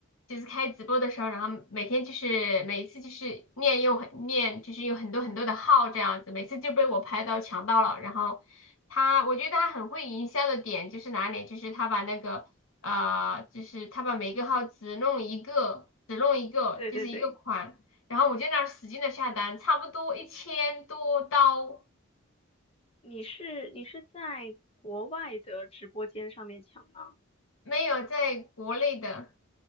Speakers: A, on the left; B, on the left.
A: 就是开直播的时候，然后每天就是每一次就是念又很念，就是有很多很多的号这样子，每次就被我拍到抢到了。然后他，我觉得他很会营销的点就是哪里？就是他把那个呃，就是他把每个号只弄一个，只弄一个，
B: 对对对。
A: 就是一个款。然后我就那儿使劲的下单，差不多一千多刀，
B: 你是你是在国外的直播间上面抢吗？
A: 没有在国内的，